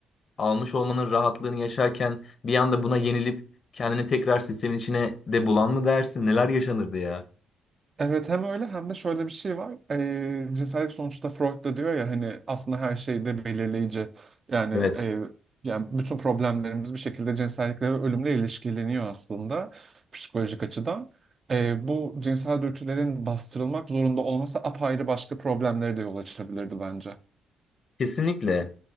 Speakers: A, on the left; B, on the right.
A: almış olmanın rahatlığını yaşarken bir anda buna yenilip kendini tekrar sistemin içine de bulan mı dersin? Neler yaşanırdı ya?
B: Evet hem öyle hem de şöyle bir şey var. Ee, cinsellik sonuçta Freud da diyor ya hani aslında her şey de belirleyici. Yani
A: Evet.
B: e, yani bütün problemlerimiz bir şekilde cinsellikle ve ölümle ilişkileniyor aslında psikolojik açıdan. Ee, bu cinsel dürtülerin bastırılmak zorunda olması apayrı başka problemlere de yol açabilirdi bence.
A: Kesinlikle.